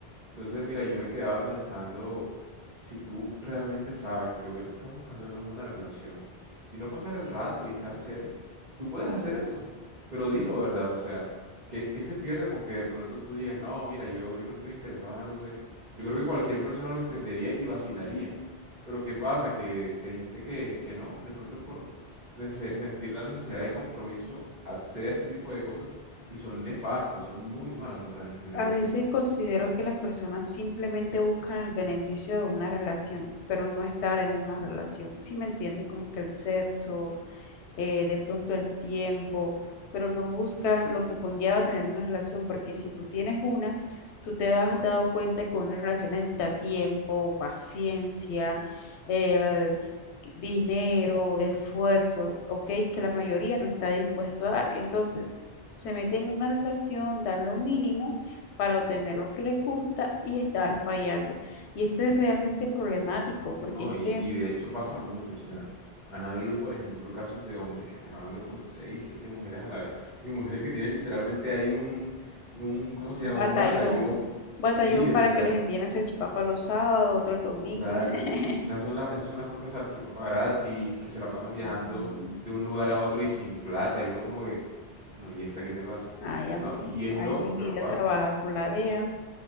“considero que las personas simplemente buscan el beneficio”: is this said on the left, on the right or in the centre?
Left